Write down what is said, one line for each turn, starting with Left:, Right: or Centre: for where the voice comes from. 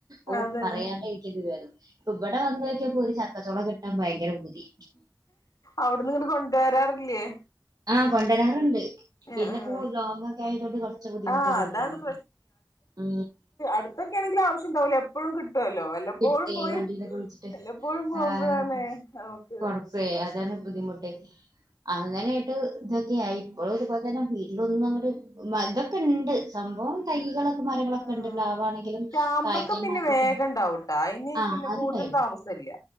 Right: ഓ
Left: ആഹ് അതന്നെ
Right: പറയാണ്ടരിക്കായിരികും ഇത് ഭേദം ഇപ്പ ഇവിടെ വന്നോക്ക്യപ്പോ ഒരു ചക്കച്ചോള കിട്ട ന ഭയങ്കര പൂതി
Left: അവിടുന്ന് ഇങ്ങട്ട് കൊണ്ടുവരാറില്ലേ
Right: ആ കൊണ്ടരാറുണ്ട് പി പിന്നെപ്പോ
Left: ആഹ് ആഹ്
Right: ലോങ്ങൊക്കെ ആയതൊണ്ട് കൊറച്ച് ബുദ്ധിമുട്ടാ
Left: ആഹ്
Right: കൊണ്ടരാന്
Left: അതാണ്
Right: ആ
Left: അടുത്തൊക്കെ ഏണെങ്കിലും ആവശ്യം ഉണ്ടാവൂലേ എപ്പഴും കിട്ടോല്ലോ വല്ലപ്പോഴും
Right: കിട്ടേ
Left: പോയി
Right: വണ്ടിയിലൊക്കെ വിളിച്ചിട്ട്
Left: വല്ലപ്പോഴും പോകുമ്പോഴാണ്
Right: ആഹ്
Left: നമുക്ക്
Right: കൊഴപ്പേ അതാണ് ബുദ്ധിമുട്ട് അങ്ങനെ <unintelligible> ഇതൊക്കെയായി ഇപ്പളും ഇത് പോലെ തന്നെ വീട്ടിലൊന്നും അങ്ങട് വൽതൊക്കെണ്ട് സംഭവം തൈകളൊക്കെ മരങ്ങളൊക്കെണ്ട്
Left: ആഹ്
Right: പ്ലാവാണെങ്കിലും
Left: ചാമ്പൊക്കെ
Right: കായ്ക്കാൻ
Left: പിന്നെ
Right: മാത്രംക്കെണ്ട്
Left: വേഗം ഉണ്ടാവൂട്ടാ അയിന്
Right: ആ
Left: പിന്നെ
Right: അത്ണ്ടായിര്ന്ന്
Left: കൂടുതൽ താമസല്ല